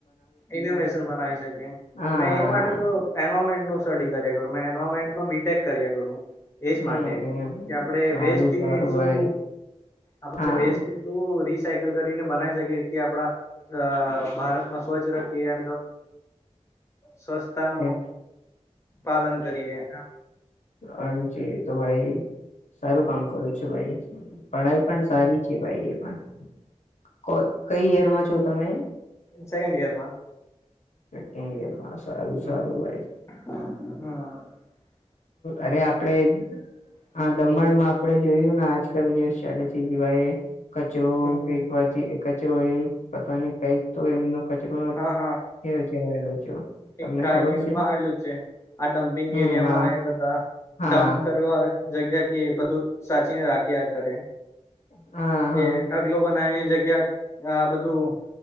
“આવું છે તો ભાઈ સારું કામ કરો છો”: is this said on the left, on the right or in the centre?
Left